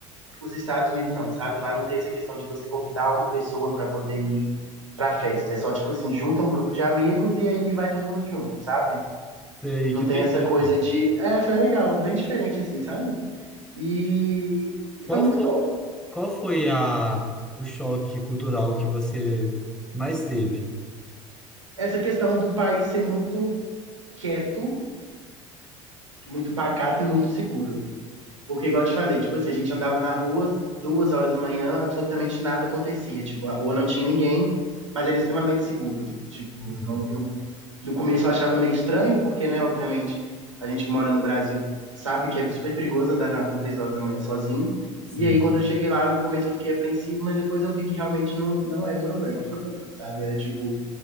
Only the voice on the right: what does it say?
os Estados Unidos não, sabe? Lá não tem essa questão de você convidar uma pessoa para poder ir pra festa. É só tipo assim, junta um grupo de amigos e aí vai todo mundo junto, sabe?
Não
tem
essa coisa de. É, foi legal, bem diferente assim, sabe? E, e
foi muito
bom.
Essa questão do país ser muito quieto, muito pacato e muito seguro. Porque, igual eu te falei, tipo assim, a gente andava na rua duas horas da manhã, absolutamente nada acontecia. Tipo, a rua não tinha ninguém, mas era extremamente seguro. Tipo,
não, eu no começo eu achava meio estranho, porque, né, obviamente, a gente que mora no Brasil sabe que é super perigoso andar na rua três horas da manhã sozinho.
E aí, quando eu cheguei lá, no começo eu fiquei apreensivo, mas depois eu vi que realmente não, não era um problema, <laughs> sabe? Era tipo,